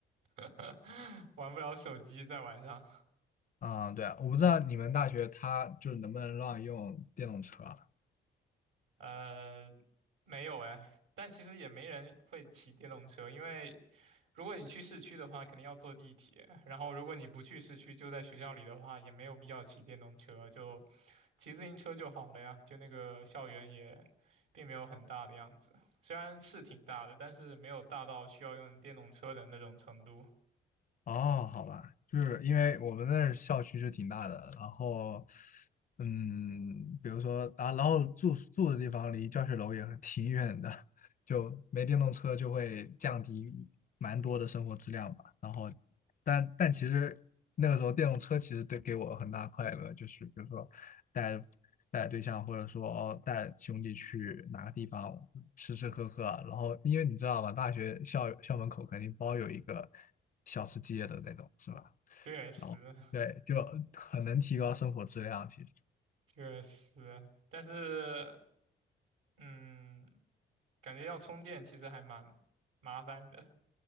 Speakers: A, on the right; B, on the left.
A: <laughs> 玩不了手机在晚上。
B: 啊、对啊，我不知道你们大学它就是能不能让用电动车啊，
A: 呃，没有哎，但其实也没人会骑电动车，因为。如果你去市区的话，肯定要坐地铁。<laughs> 然后，如果你不去市区，就在学校里的话，也没有必要骑电动车，就骑自行车就好了呀。就那个校园也并没有很大的样子，虽然是挺大的，但是没有大到需要用电动车的那种程度。
B: 哦，好吧，就是因为我们那儿校区是挺大的，然后，嗯，比如说啊，然后住住的地方离教学楼也挺远的，就没电动车就会降低蛮多的生活质量吧。然后，但但其实那个时候电动车其实对给我很大快乐，就是比如说带带对象或者说哦带兄弟去哪个地方吃吃喝喝啊然后因为你知道吧，大学校校门口肯定包有一个小吃街的那种，是吧？
A: 确实，
B: 然后对，就很能提高生活质量。其实，
A: 确实，但是，嗯，感觉要充电其实还蛮麻烦的。